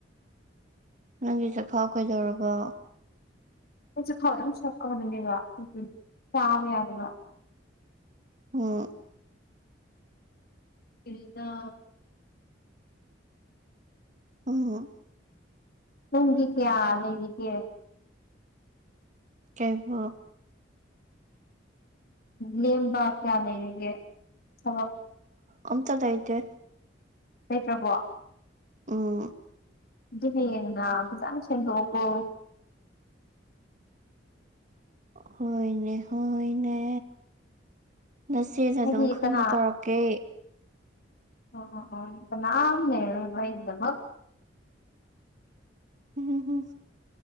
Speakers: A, on the right; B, on the left.
A: ꯅꯪꯒꯤ ꯆꯈꯥꯎ ꯀꯩꯗꯧꯔꯕꯣ
B: ꯆꯥꯛꯈꯥꯎ ꯌꯥꯝ ꯁꯣꯛꯑꯕꯅꯦꯕ ꯆꯥꯕ ꯌꯥꯗꯦꯕ
A: ꯑꯣ
B: ꯁꯤꯗ
A: ꯎꯝ
B: ꯅꯪꯒꯤ ꯀꯌꯥ ꯂꯩꯔꯤꯒꯦ
A: ꯀꯩꯕ
B: ꯂꯦꯝꯕꯥ ꯀꯌꯥ ꯂꯩꯔꯒꯤ ꯊꯥꯕꯛ
A: ꯑꯃꯇꯥ ꯂꯩꯇꯦ꯫
B: ꯂꯩꯇ꯭ꯔꯕꯣ
A: ꯎꯝ
B: ꯑꯗꯨꯗꯤ ꯍꯌꯦꯡꯔ ꯐꯖꯥꯅ ꯁꯦꯡꯗꯣꯛꯀꯣ
A: ꯍꯣꯏꯅꯦ ꯍꯣꯏꯅꯦ ꯅꯥꯆꯦꯅ
B: ꯍꯥꯏꯗꯤ
A: ꯑꯗꯨꯝ ꯈꯪꯅ
B: ꯀꯅꯥ
A: ꯇꯧꯔꯛꯀꯦ
B: <unintelligible>
A: ꯎꯝ